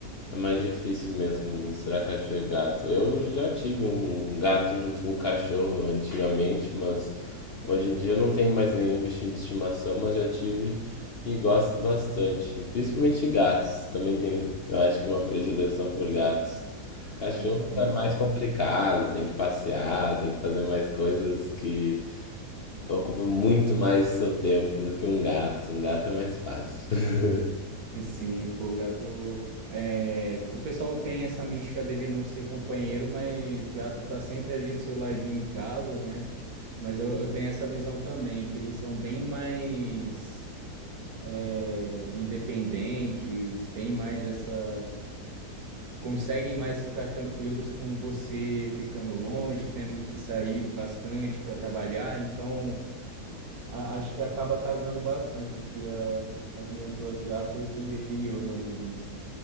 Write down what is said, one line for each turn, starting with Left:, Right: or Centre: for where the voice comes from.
Left: É mais difícil mesmo misturar cachorro e gato. Eu já tive um gato junto com um cachorro antigamente, mas hoje em dia eu não tenho mais nenhum bichinho de estimação, mas já tive e gosto bastante. Principalmente gatos. Também tenho, eu acho que uma predileção por gatos. Cachorro
Right: ah, tem
Left: é
Right: nem
Left: mais
Right: como.
Left: complicado, tem que passear, tem que fazer mais coisas que ocupam muito mais o seu tempo do que um gato. Um gato é mais fácil. <laughs>
Right: Sim, pô, o gato. é, o pessoal tem essa mística dele não ser companheiro, mas gato tá sempre ali do seu ladinho em casa, né? Mas eu, eu tenho essa visão também, que eles são bem mais é, independentes, tem mais essa. conseguem mais ficar tranquilos com você ficando longe, tendo que sair bastante para trabalhar. Então, a- acho que acaba casando bastante que a- as minhas duas gatas e, e eu na vivência.